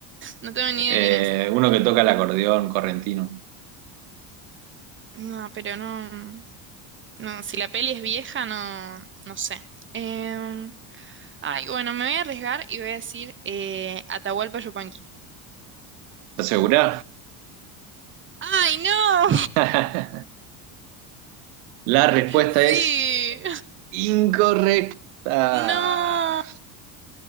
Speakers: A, on the right; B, on the right.
A: No tengo ni
B: Eh,
A: idea quién es.
B: uno que toca el acordeón correntino.
A: No, pero no, mm, no, si la peli es vieja, no, no sé. Em, ay, bueno, me voy a arriesgar y voy a decir eh, Atahualpa Yupanqui.
B: ¿Estás segura?
A: ¡Ay, no!
B: <laughs> La respuesta
A: Sí.
B: es incorrecta.
A: No,